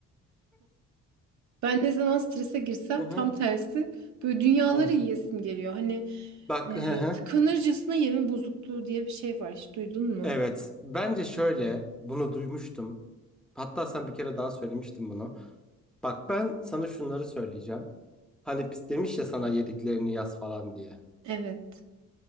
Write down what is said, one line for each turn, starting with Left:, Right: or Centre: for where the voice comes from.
Right: <laughs> ben ne zaman strese girsem
Centre: Hı hı.
Right: tam tersi böyle dünyaları
Centre: Hı hı.
Right: yiyesim geliyor. Hani
Centre: Bak,
Right: e,
Centre: hı hı.
Right: tıkanırcasına yeme bozukluğu diye bir şey var. Hiç duydun mu?
Centre: Evet. Bence şöyle bunu duymuştum. Hatta sen bir kere daha söylemiştin bunu. Bak ben sana şunları söyleyeceğim. Hani pis- demiş ya sana yediklerini yaz falan diye.
Right: Evet.